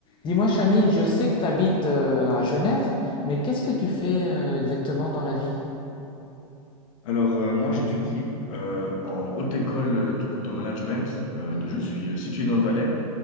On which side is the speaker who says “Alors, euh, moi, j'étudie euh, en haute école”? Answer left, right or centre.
Left